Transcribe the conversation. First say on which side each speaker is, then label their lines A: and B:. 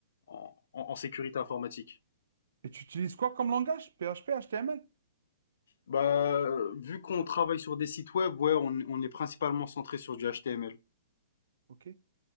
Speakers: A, on the left; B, on the right.
A: en en en sécurité informatique.
B: Et tu utilises quoi comme langage? PHP, HTML?
A: Bah, euh, vu qu'on travaille sur des sites web, ouais, on, on est principalement centré sur du HTML.
B: Ok.